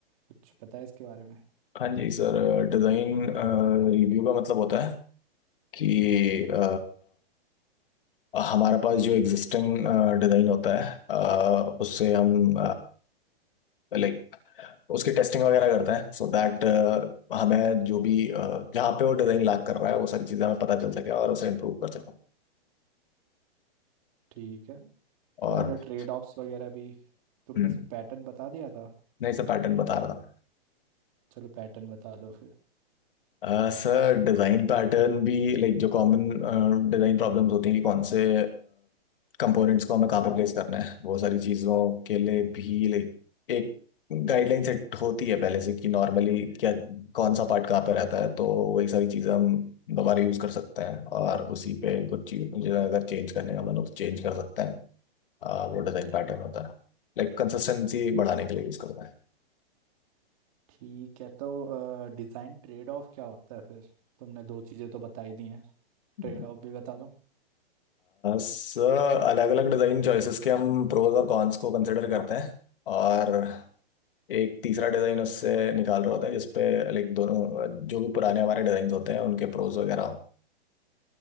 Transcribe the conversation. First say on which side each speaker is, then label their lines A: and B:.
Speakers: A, on the right; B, on the left.
A: कुछ पता है इसके बारे में
B: हाँ जी सर डिज़ाइन रिव्यू का मतलब होता है कि अ, हमारे पास जो एग्जिस्टिंग डिज़ाइन होता है अ, उससे हम लाइक उसकी टेस्टिंग वगैरह करते हैं सो दैट हमें जो भी uh, जहाँ पे वो डिजाइन लाग कर रहा है वो सारी चीजें हमें पता चल सके और उसे इम्प्रूव कर सके
A: ठीक है
B: और
A: और ट्रेड ऑफ्स वगैरह भी तुमने
B: हम्म
A: पैटर्न बता दिया था
B: नहीं सर पैटर्न बता रहा था
A: चलो पैटर्न बता दो फिर
B: अ, सर डिज़ाइन पैटर्न भी लाइक जो कॉमन डिज़ाइन प्रॉब्लम्स होती हैं कि कौन से कंपोनेंट्स को हमें कहाँ पर प्लेस करना है वो सारी चीज़ों के लिए भी लाइक एक गाइडलाइन सेट होती है पहले से कि नॉर्मली क्या कौन सा पार्ट कहाँ पर रहता है तो वही सारी चीज़ें हम दोबारा यूज़ कर सकते हैं और उसी पे कुछ चीज़ें अगर चेंज करने का मन हो तो चेंज कर सकते हैं अ, वो डिज़ाइन पैटर्न होता है लाइक कंसिस्टेंसी बढ़ाने के लिए यूज़ करता
A: ठीक है तो डिज़ाइन ट्रेड ऑफ क्या होता है फिर तुमने दो चीज़ें तो बता ही दी हैं
B: है
A: ट्रेड ऑफ भी बता दो
B: सर अलग अलग डिज़ाइन चॉइसेस के हम प्रोज और कॉन्स को कंसिडर करते हैं और एक तीसरा डिज़ाइन उससे निकाल रहा होता है जिसपे लाइक दोनों जो भी पुराने हमारे डिज़ाइन होते हैं उनके प्रोज वगैरह हो